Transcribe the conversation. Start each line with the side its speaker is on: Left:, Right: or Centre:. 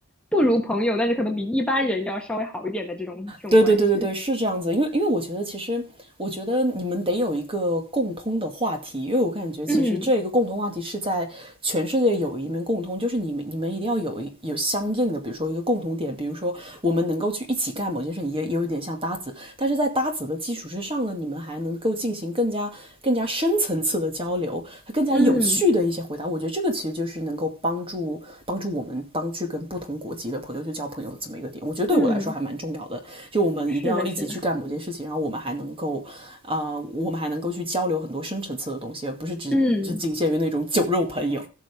Centre: 不如朋友，但是可能比一般人要稍微好一点的这种这种关系。
Right: 对对对对对，是这样子，因为因为我觉得其实，我觉得你们得有一个共通的话题，因为我感觉其实这个共同话题是在全世界有一面共通，
Centre: 嗯
Right: 就是你们你们一定要有一有相应的，比如说一个共同点，比如说我们能够去一起干某件事情也也有一点像搭子，但是在搭子的基础之上呢，你们还能够进行更加更加深层次的交流，更加有趣的一些回答，
Centre: 嗯
Right: 我觉得这个其实就是能够帮助帮助我们当去跟不同国籍的朋友去交朋友的这么一个点，我觉得对我来说还蛮重要的。
Centre: 嗯，
Right: 就我们一定要一起去干某件事情，
Centre: 是的，是的，
Right: 然后我们还能够，呃，我们还能够去交流很多深层次的东西，而不是只只仅限于那种酒肉朋友。
Centre: 嗯，